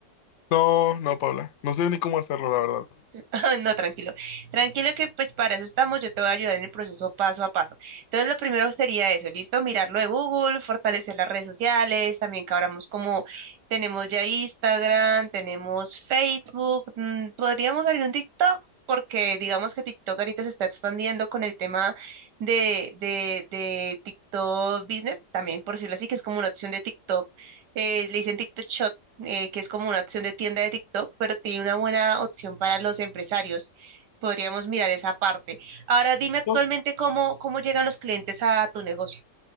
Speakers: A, on the left; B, on the right.
A: No, no, Paula. No sé ni cómo hacerlo, la verdad.
B: <laughs> No, tranquilo. Tranquilo que pues para eso estamos, yo te voy a ayudar en el proceso paso a paso. Entonces, lo primero sería eso, ¿listo? Mirar lo de Google, fortalecer las redes sociales, también que abramos como tenemos ya Instagram, tenemos Facebook, mm, podríamos abrir un TikTok porque digamos que TikTok ahorita se está expandiendo con el tema de, de, de TikTok Business, también por decirlo así, que es como una opción de TikTok, eh, le dicen TikTok Shot eh, que es como una opción de tienda de TikTok, pero tiene una buena opción para los empresarios. Podríamos mirar esa parte. Ahora dime actualmente
A: No,
B: cómo, cómo llegan los clientes a tu negocio.